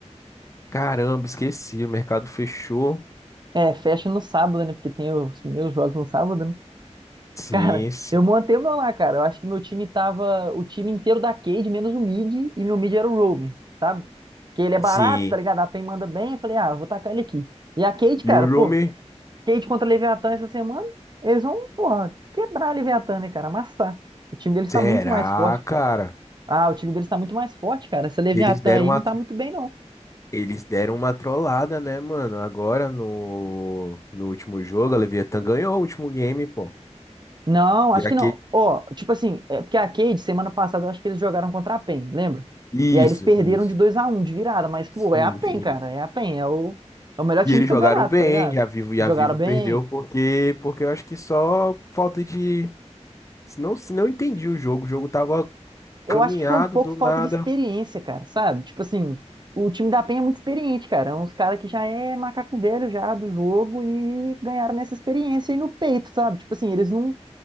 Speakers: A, on the left (about 25°); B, on the right (about 40°).
A: Caramba, esqueci, o mercado fechou.
B: É, fecha no sábado, né? Porque tem os meus jogos no sábado,
A: Sim,
B: Cara,
A: s-
B: eu montei o meu lá, cara. Eu acho que meu time tava o time inteiro da Cade, menos o mid, e meu mid era o Roamer, sabe? Que ele é barato,
A: sim.
B: tá ligado? A PEN manda bem. Eu falei, ah, eu vou tacar ele aqui. E a Cade,
A: E
B: cara,
A: o
B: pô,
A: Rumi?
B: Cade contra Leviatã essa semana, eles vão, porra, quebrar a Leviatã, né, cara? Amassar. O time deles
A: Será,
B: tá muito mais forte,
A: cara?
B: pô. Ah, o time deles tá muito mais forte, cara. Essa Leviatã
A: Eles deram
B: aí
A: uma,
B: não
A: tro-
B: tá muito bem, não.
A: eles deram uma trollada, né, mano? Agora no, no último jogo, a Leviathan ganhou o último game, pô.
B: Não,
A: E
B: acho
A: a
B: que não. Ó, tipo assim, é porque a Cade, semana passada, eu acho que eles jogaram contra a PEN, lembra?
A: Isso,
B: E aí eles perderam
A: isso.
B: de dois a um de virada, mas, pô,
A: Sim,
B: é a PEN,
A: sim.
B: cara. É a PEN, é o, é o melhor time
A: E eles
B: do campeonato,
A: jogaram bem,
B: tá ligado?
A: e a Vivo, e
B: Jogaram
A: a Vivo
B: bem.
A: perdeu porque, porque eu acho que só falta de. Não, se não entendi o jogo. O jogo tava caminhado
B: Eu acho que foi um pouco
A: do
B: falta
A: nada.
B: de experiência, cara, sabe? Tipo assim, o time da PEN é muito experiente, cara. É uns caras que já é macaco velho já do jogo e ganharam essa experiência aí no peito, sabe? Tipo assim, eles não,